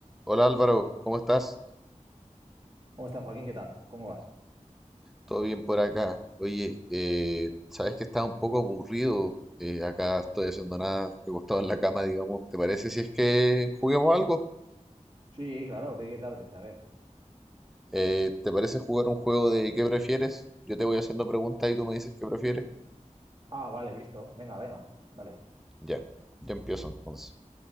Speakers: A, in the centre; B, on the right.
A: Hola Álvaro, ¿cómo estás?
B: ¿Cómo estás, Joaquín? ¿Qué tal? ¿Cómo vas?
A: ¿Todo bien por acá? Oye, eh, sabes que estás un poco aburrido. eh, acá estoy haciendo nada, acostado en la cama, digamos. ¿Te parece si es que juguemos algo?
B: Sí, claro, ¿qué qué te apetece? A ver.
A: Eh, ¿te parece jugar un juego de qué prefieres? Yo te voy haciendo preguntas y tú me dices qué prefieres.
B: Ah, vale, visto. Venga, venga, dale.
A: Ya, ya empiezo entonces.